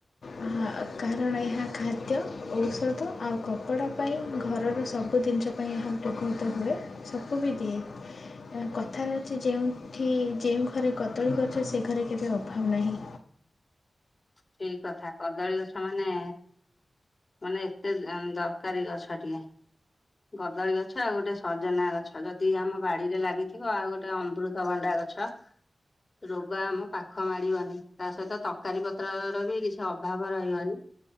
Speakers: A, on the left; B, on the left.
A: ଆହା କାରଣ ଏହା ଖାଦ୍ୟ ଔଷଧ ଆଉ କପଡ଼ା ପାଇଁ ଘରର ସବୁ ସବୁ ଜିନିଷ ପାଇଁ ଏହା ବ୍ୟବହୃତ ହୁଏ ସବୁ ବି ଦିଏ। କଥାରେ ଅଛି ଯେଉଁଠି ଯେଉଁ ଘରେ କଦଳୀ ଗଛ ସେ ଘରେ କେବେ ଅଭାବ ନାହିଁ।
B: ଠିକ କଥା କଦଳୀ ଗଛ ମାନେ ମାନେ ଏତେ ଦରକାରୀ ଗଛଟିଏ। କଦଳୀ ଗଛ ଆଉ ଗୋଟେ ସଜନା ଗଛ ଯଦି ଆମ ବାଡିରେ ଲାଗିଥିବ ଆଉ ଗୋଟେ ଅମୃତଭଣ୍ଡା ଗଛ। ଆଚ୍ଛା। ରୋଗ ଆମ ପାଖ ମାଡିବନି ତା ସହିତ ତରକାରୀ ପତ୍ର ର ବି କିଛି ଅଭାବ ରହିବନି।